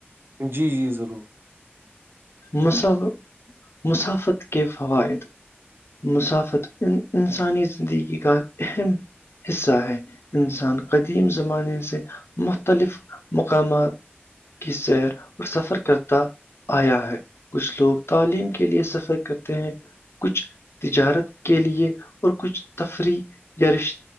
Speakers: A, on the right; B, on the left.
A: جی جی ضرور
B: مس مسافت کے فوائد مسافت ان انسانی زندگی کا اہم حصہ ہے انسان قدیم زمانے سے مختلف مقامات کی سیر اور سفر کرتا آیا ہے کچھ لوگ تعلیم کے لیے سفر کرتے ہیں کچھ تجارت کے لیے اور کچھ تفریح یا رش